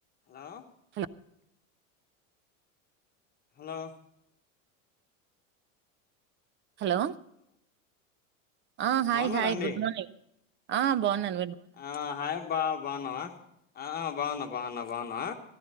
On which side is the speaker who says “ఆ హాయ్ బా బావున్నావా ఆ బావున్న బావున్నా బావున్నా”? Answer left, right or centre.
Left